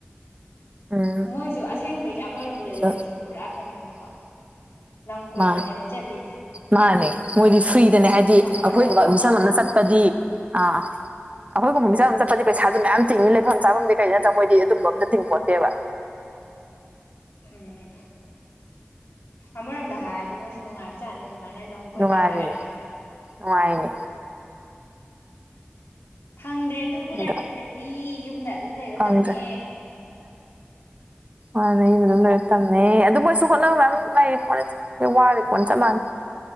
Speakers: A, on the right (about 35°); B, on the left (about 80°).
A: ꯎꯝ
B: ꯃꯣꯏꯁꯨ ꯑꯁꯦꯡꯕꯩꯁ ꯑꯃꯔꯣꯝꯗꯗꯤ
A: ꯃꯣꯏꯁꯨ
B: ꯃꯣꯏꯁꯦ ꯄꯨꯔꯥ ꯀꯩꯅꯣꯅꯦꯀꯣ ꯂꯝ ꯀꯣꯏꯕꯅꯦꯕ
A: ꯃꯥ
B: ꯆꯠꯂꯤ
A: ꯃꯥꯅꯦ ꯃꯣꯏꯗꯤ ꯐ꯭ꯔꯤꯗꯅꯦ ꯍꯥꯏꯗꯤ
B: ꯃꯐꯝ ꯑꯃꯗ
A: ꯑꯩꯈꯣꯏ
B: ꯑꯃꯨꯛ
A: ꯃꯤꯆꯝ
B: ꯑꯃꯗ
A: ꯑꯃꯅ
B: ꯑꯃꯨꯛ
A: ꯆꯠꯄꯗꯤ ꯑꯥ ꯑꯩꯈꯣꯏꯒꯨꯝꯕ ꯃꯤꯆꯝ ꯑꯃꯅ ꯆꯠꯄꯗꯤ ꯄꯩꯁꯥꯁꯨ ꯃꯌꯥꯝ ꯇꯤꯡꯉꯤ ꯂꯩꯐꯝ ꯆꯥꯐꯝꯗꯤ ꯀꯩꯗꯩ ꯅꯠꯇ꯭ꯔ ꯃꯣꯏꯗꯤ ꯑꯗꯨꯝꯕ ꯑꯝꯇ ꯇꯤꯡꯄꯣꯠꯇꯦꯕ
B: ꯎꯝ ꯑꯃꯔꯣꯝꯗ ꯍꯥꯏꯔꯗꯤ ꯃꯣꯏꯁꯤ ꯅꯨꯡꯉꯥꯏꯕ ꯆꯥꯅꯤꯗ ꯑꯗꯨꯃꯥꯏꯅ ꯂꯝ ꯀꯣꯏꯕꯩ
A: ꯅꯨꯡꯉꯥꯏꯔꯤꯅꯦ
B: ꯍꯥꯏꯔꯗꯤ
A: ꯅꯨꯡꯉꯥꯏꯅꯦ
B: ꯄꯪꯗ꯭ꯔꯦ ꯑꯗꯨꯕꯨ
A: ꯑꯗ
B: ꯂꯥꯏꯕꯛꯇꯗꯤ ꯌꯨꯝꯗ ꯑꯗꯨꯝ ꯂꯩꯔꯣ
A: ꯐꯪꯗ꯭ꯔꯦ
B: ꯇꯝꯃꯦ
A: ꯑꯩꯅ ꯂꯣꯏꯔ ꯇꯝꯃꯦ ꯑꯗꯨ ꯃꯣꯏ ꯁꯨ ꯈꯅ ꯑꯃ ꯂꯩ ꯐꯣ ꯋꯥꯔꯦ ꯐꯣꯟ ꯆ ꯃꯥꯅ